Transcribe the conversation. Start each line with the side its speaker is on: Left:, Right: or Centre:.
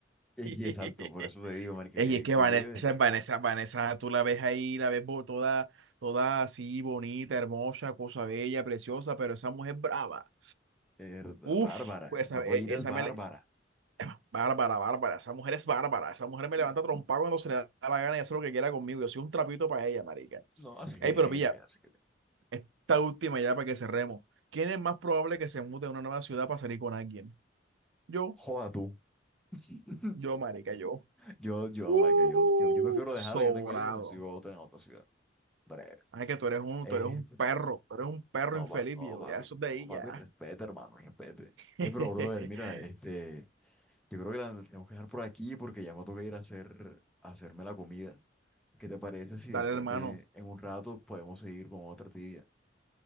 Centre: Eh,
Right: <laughs>
Centre: sí, exacto, por eso te digo, marica,
Right: Ey,
Centre: yo,
Right: es que
Centre: yo
Right: Vanessa
Centre: le digo, es
Right: Vanessa, Vanessa, tú la ves ahí, la ves bo- toda, toda así, bonita, hermosa, cosa bella, preciosa, pero esa mujer brava.
Centre: verdad,
Right: Uf,
Centre: Bárbara,
Right: pues
Centre: esa
Right: esa,
Centre: pollita
Right: e- esa
Centre: es bárbara.
Right: me... le- Bárbara, bárbara. Esa mujer es bárbara. Esa mujer me
Centre: <laughs>
Right: levanta trompa cuando se le da la gana y hace lo que quiera conmigo. Yo soy un trapito para ella, marica.
Centre: No, así
Right: Ey,
Centre: que tiene
Right: pero pilla,
Centre: que ser, así que...
Right: esta última ya para que cerremos. ¿Quién es más probable que se mute a una nueva ciudad para salir con alguien? Yo,
Centre: Joda tú. <laughs>
Right: yo, marica, yo.
Centre: Yo, yo,
Right: Uh,
Centre: marica, yo, yo, yo prefiero dejar
Right: sobrado.
Centre: la que tengo ahí y me consigo otra en otra ciudad. Breve.
Right: Ay, que tú eres un,
Centre: Eh,
Right: tú eres un perro. Tú eres un perro
Centre: no,
Right: infeliz,
Centre: va, no,
Right: viejo.
Centre: papi,
Right: Ya, eso es de
Centre: no,
Right: ahí,
Centre: papi,
Right: ya.
Centre: respete, hermano, respete. Eh,
Right: <laughs>
Centre: pero, brother, mira, este, yo creo que la tengo que dejar por aquí porque ya me toca ir a hacer, a hacerme la comida. ¿Qué te parece si
Right: Dale,
Centre: después
Right: hermano.
Centre: de, en un rato, podemos seguir con otra tibia?